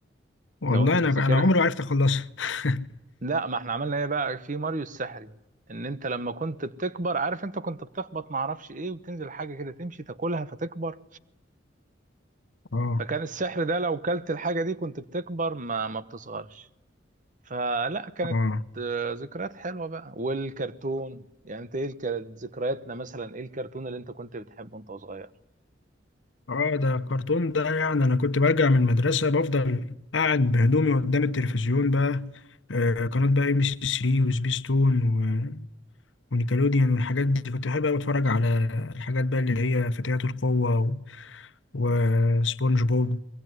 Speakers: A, on the left (about 80°); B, on the right (about 45°).
A: والله
B: لو أنت
A: انا
B: تفتكرها
A: انا عمري ما عرفت اخلصها <laughs>
B: لا ما احنا عملنا ايه بقى في ماريو السحري ان انت لما كنت بتكبر عارف انت كنت بتخبط ما اعرفش ايه وتنزل حاجه كده تمشي تاكلها فتكبر
A: اه
B: فكان السحر ده لو كلت الحاجه دي كنت بتكبر ما ما بتصغرش فلا كانت
A: اه
B: آه، ذكريات حلوة بقى والكرتون يعني انت ايه الك- ذكرياتنا مثلا ايه الكرتون اللي انت كنت بتحبه وانت صغير
A: اه ده الكرتون ده يعني انا كنت برجع من المدرسه بفضل قاعد بهدومي قدام التلفزيون بقى آه قناه بقى ام سي 3 وسبيستون و- ونيكلوديان والحاجات دي كنت بحب قوي اتفرج على الحاجات بقى اللي هي فتيات القوه و- وسبونج بوب